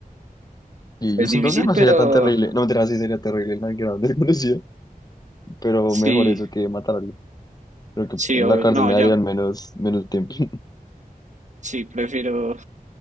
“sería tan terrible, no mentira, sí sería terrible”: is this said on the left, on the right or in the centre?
Left